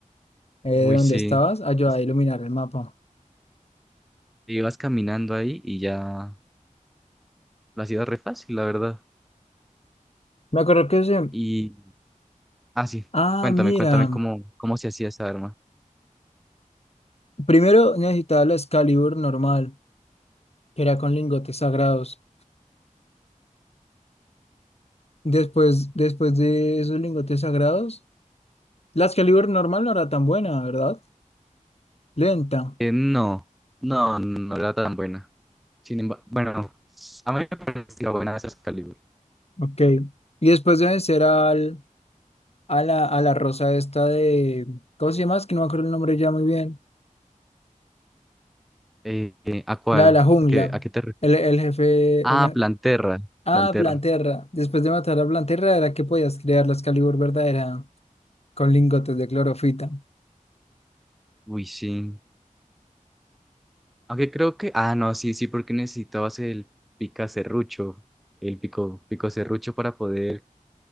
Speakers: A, on the left; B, in the centre.
A: eh, de
B: Uy,
A: donde
B: sí.
A: estabas, ayudaba
B: Entonces,
A: a iluminar el mapa.
B: te ibas caminando ahí y ya la hacías re fácil, la verdad.
A: Me acuerdo que ese,
B: Y, ah, sí,
A: ah,
B: cuéntame,
A: mira,
B: cuéntame cómo, cómo se hacía esa arma.
A: primero necesitaba la Excalibur normal, que era con lingotes sagrados. Después, después de esos lingotes sagrados, la Excalibur normal no era tan buena, ¿verdad? Lenta.
B: Eh, no, no, no era tan buena. Sin embargo, bueno, a mí me parecía buena esa Excalibur.
A: Ok. Y después de vencer al a la, a la rosa esta de, ¿cómo se llama? Es que no me acuerdo el nombre ya muy bien.
B: Eh, eh, ¿a cuál?
A: La de la jungla,
B: ¿A qué, a qué te refieres?
A: el, el jefe,
B: Ah,
A: el, me-
B: Planterra,
A: ah,
B: Planterra.
A: Planterra. Después de matar a Planterra era que podías crear la Excalibur verdadera con lingotes de clorofita.
B: Uy, sí. Aunque creo que, ah, no, sí, sí, porque necesitabas el pica serrucho, el pico, pico serrucho para poder